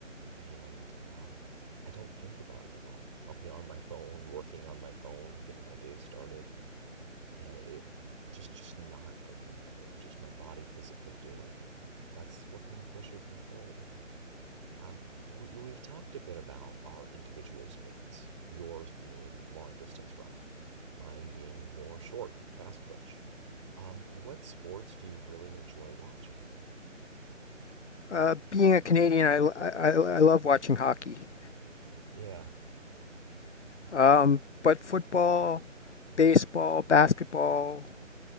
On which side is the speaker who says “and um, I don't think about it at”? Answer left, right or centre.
Right